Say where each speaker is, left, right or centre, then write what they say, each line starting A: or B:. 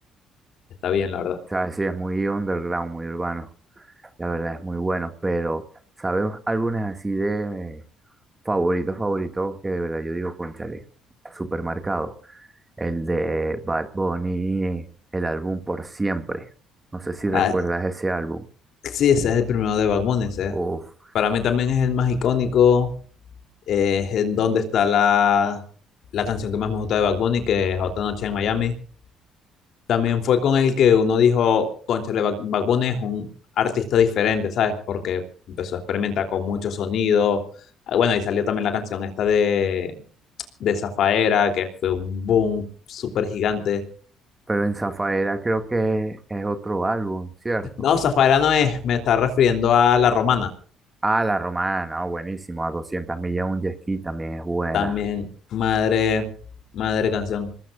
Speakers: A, on the left; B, on the right.
A: Está bien, la verdad.
B: sabes, sí, es muy underground, muy urbano. La verdad es muy bueno, pero ¿sabes álbumes así de eh, favoritos, favoritos que de verdad yo digo, cónchale, súper marcado? El de Bad Bunny, el álbum Por Siempre. No sé si recuerdas
A: Ah,
B: ese álbum.
A: sí, ese es el primero de Bad Bunny, ese.
B: Uf,
A: Para mí también es el más icónico. eh, es en donde está la, la canción que más me gusta de Bad Bunny, que es Otra Noche en Miami. También fue con el que uno dijo, cónchale, Bad Bad Bunny es un artista diferente, ¿sabes? Porque empezó a experimentar con muchos sonidos. Ah, Bueno, y salió también la canción esta de, de Zafaera, que fue un boom súper gigante.
B: pero en Zafaera creo que es otro álbum, ¿cierto?
A: No, Zafaera no es, me está refiriendo a La Romana.
B: Ah, La Romana, oh, buenísimo. A 200 millas un jet ski también es buena.
A: También, madre, madre canción.